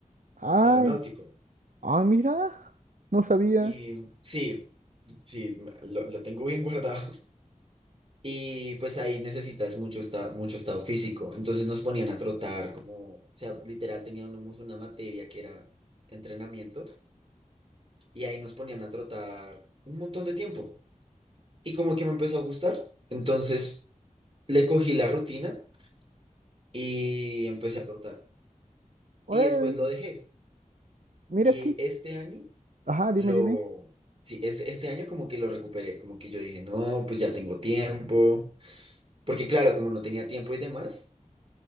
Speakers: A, on the right (about 70°); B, on the right (about 40°).
A: Ay,
B: aeronáutico.
A: ay, mira, no sabía.
B: Y sí, sí, lo, lo tengo bien <laughs> guardado. Y pues ahí necesitas mucho, esta- mucho estado físico. Entonces nos ponían a trotar, como, o sea, literal teníamos una materia que era entrenamiento y ahí nos ponían a trotar un montón de tiempo. Y como que me empezó a gustar. Entonces le cogí la rutina y empecé a trotar.
A: Órale,
B: Y después lo dejé.
A: mira
B: Y
A: aquí.
B: este año
A: Ajá, dime,
B: lo,
A: dime.
B: sí, este, este año como que lo recuperé, como que yo dije, no, pues ya tengo tiempo. Porque claro, como no tenía tiempo y demás.